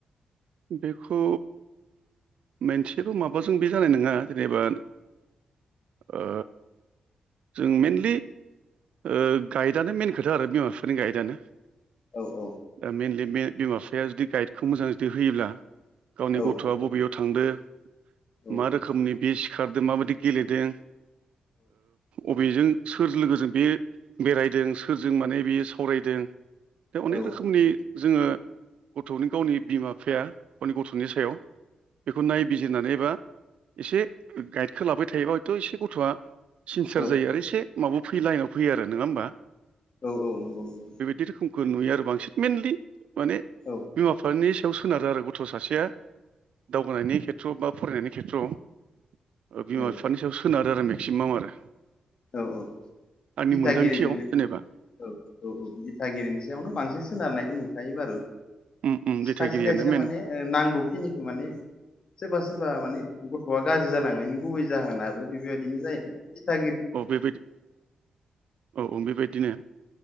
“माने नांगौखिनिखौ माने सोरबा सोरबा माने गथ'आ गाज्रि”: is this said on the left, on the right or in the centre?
Left